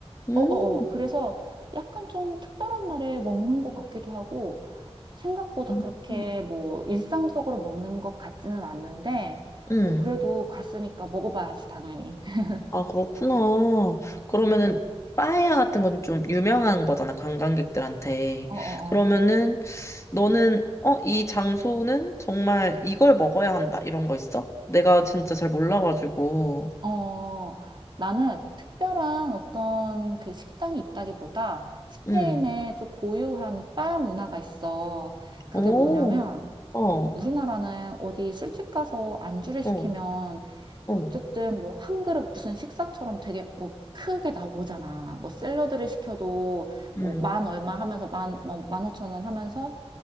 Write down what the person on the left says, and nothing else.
음,
응.
음.
음.
아, 그렇구나. 그러면은,
빠에야 같은 건 좀 유명한 거잖아, 관광객들한테.
그러면은, 너는, 어, 이 장소는 정말 이걸 먹어야 한다, 이런 거 있어? 내가 진짜 잘 몰라가지고.
음.
어, 오,
어,
어,
어.
음,